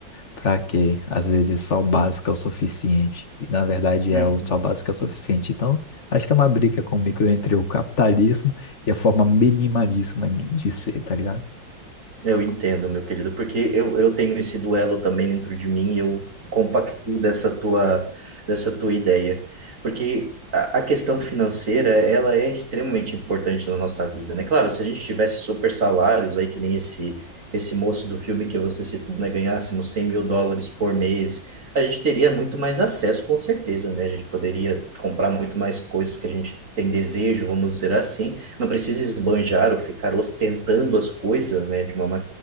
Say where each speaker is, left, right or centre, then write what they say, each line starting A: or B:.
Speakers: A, on the left (about 40°); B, on the right (about 40°).
A: pra quê? Às vezes só o básico é o suficiente. E na verdade
B: uhum.
A: é o só o básico é o suficiente. Então, acho que é uma briga comigo entre o capitalismo e a forma minimalista de ser, tá ligado?
B: Eu entendo, meu querido, porque eu, eu tenho esse duelo também dentro de mim e eu compactuo dessa tua, dessa tua ideia. Porque a, a questão financeira, ela é extremamente importante na nossa vida, né? Claro, se a gente tivesse super salários aí, que nem esse, esse moço do filme que você citou, né? Ganhássemos cem mil dólares por mês, a gente teria muito mais acesso, com certeza, né? A gente poderia comprar muito mais coisas que a gente tem desejo, vamos dizer assim. não precisa esbanjar ou ficar ostentando as coisas, né, de uma